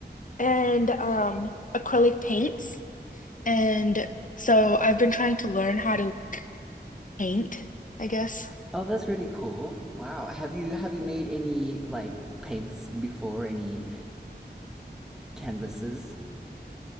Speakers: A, on the left; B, in the centre.
A: and um acrylic paints. And so I've been trying to learn how to like, paint, I guess.
B: Oh, that's really cool. Wow. Have you have you made any like paints before, any canvases?